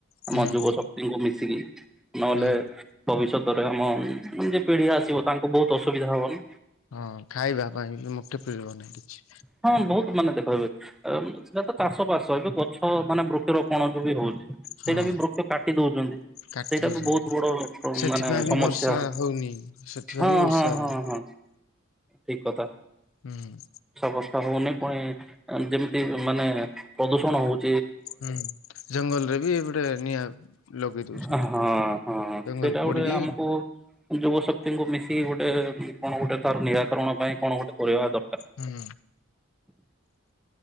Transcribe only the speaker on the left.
ହୁଁ
ହୁଁ
ହୁଁ
ହଁ, ଖାଇବା ପାଇଁ ବି ମୋଠେ ପିଳିବ ନି କିଛି?
ହଁ
କାଟି ଦଉଛନ୍ତି
ସେଥିପାଇଁ
ବି
ବର୍ଷା ହଉନି ସେଥିପାଇଁ
ବି ବର୍ଷା
ହଉନି।
ହୁଁ।
ହୁଁ, ଜଙ୍ଗଲରେ ଏ ବଟେ ନିଆଁ ଲଗେଇ ଦଉଛନ୍ତି।
ଜଙ୍ଗଲ
ପୋଡିକି
ହୁଁ।